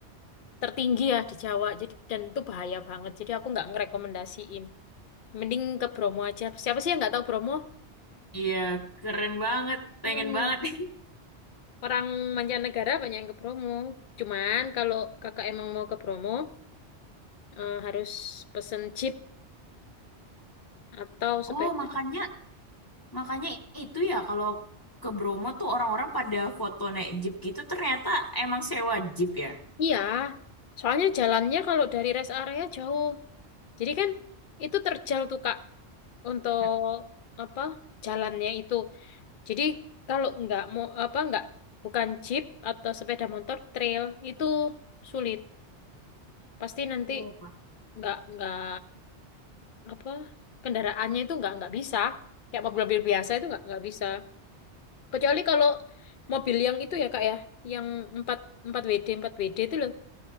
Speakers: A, on the left (about 55°); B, on the left (about 20°).
A: tertinggi ya di Jawa, jadi dan itu bahaya banget. Jadi aku nggak ngerekomendasiin. Mending ke Bromo aja. Siapa sih yang nggak tahu Bromo?
B: Iya, keren banget. Pengen
A: Mm-mm.
B: banget. <laughs>
A: Orang mancanegara banyak yang ke Bromo. Cuman kalau kakak emang mau ke Bromo, eh, harus pesen jeep atau sepeda.
B: Oh, makanya makanya itu ya kalau ke Bromo tuh orang-orang pada foto naik jeep gitu ternyata emang sewa jeep ya.
A: Iya, soalnya jalannya kalau dari rest area jauh. Jadi kan itu terjal tuh Kak untuk
B: Heeh.
A: apa jalannya itu. Jadi kalau nggak mau apa nggak bukan jeep atau sepeda motor trail itu sulit. Pasti nanti
B: Oh, Pak.
A: nggak nggak apa kendaraannya itu nggak nggak bisa. Kayak mobil-mobil biasa itu nggak nggak bisa. Kecuali kalau mobil yang itu ya Kak ya, yang 4 4 WD 4 WD itu loh.